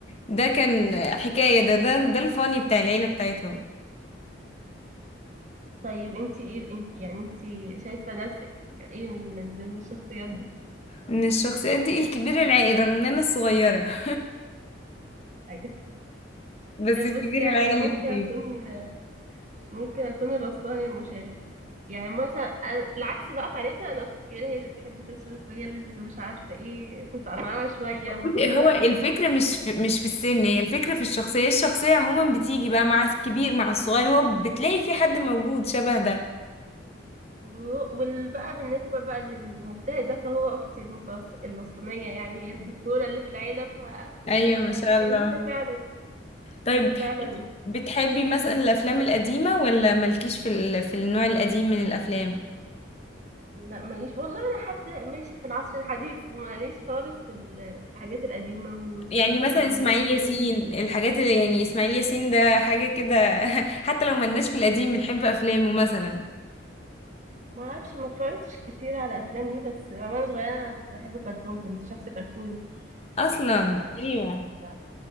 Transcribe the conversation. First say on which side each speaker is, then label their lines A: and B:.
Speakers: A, on the left (about 30°); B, on the right (about 40°).
A: ده كان آه، حكاية ده ده ده الفاني بتاع العيلة بتاعتهم
B: طيب انت ايه انت يعني انت شايفة نفسك ايه من ضمن الشخصيات دي
A: من الشخصيات دي الكبير العائل رغم ان انا الصغيرة <laughs>
B: أيوة.
A: بس الكبير
B: بصي انا
A: العائل
B: ممكن
A: اللي
B: اكون
A: فيه
B: ممكن اكون الوسطاني المشاغب يعني مثلا أنا- العكس بقى في عيلتنا انا اختي الكبيرة هي اللي بتحب تصرف وهي اللي مش عارفة ايه كنت معاها شوية
A: بصي،
B: مغرورة
A: هو
B: كده
A: الفكرة مش في مش في السن هي الفكرة في الشخصية الشخصية عموما بتيجي بقى مع الكبير مع الصغير هو بتلاقي في حد موجود شبه ده
B: وبقى بالنسبة بقى للمجتهد ده فهو اختي المتوس... الوسطانية يعني هي الدكتورة اللي في العيلة ف
A: ايوه
B: فبتاع
A: ما شاء
B: ده. يعني
A: الله
B: هي فعلا
A: طيب
B: فعلا
A: انت بتحبي مثلا الافلام القديمه ولا مالكيش في ال... في النوع القديم من الافلام
B: لا ماليش والله انا حد ماشي في العصر الحديث ماليش خالص في ال- في الحاجات القديمه والمسلسل
A: يعني
B: والافلام
A: مثلا اسماعيل ياسين
B: ال-
A: الحاجات اللي يعني اسماعيل ياسين ده حاجه كده <laughs> حتى لو ملناش في القديم بنحب افلامه مثلا
B: ما اعرفش ما اتفرجتش كتير على افلام ليه بس وانا صغيره انا كنت بحب الكرتون كنت شخص كرتوني
A: اصلا
B: ف...
A: ايوه
B: ف...